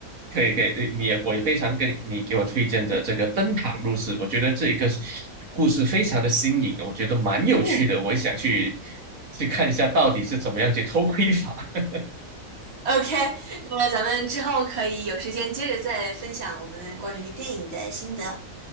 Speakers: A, on the right (about 75°); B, on the right (about 50°).
A: 可以可以，你你也我也非常跟你你给我推荐的这个《灯塔入室》，我觉得这一个故事非常的新颖，我觉得蛮有趣的，
B: 嗯
A: 我也想去去看一下到底是怎么样去偷窥法。<laughs>
B: ，OK，那么咱们之后可以有时间接着再分享我们关于电影的心得。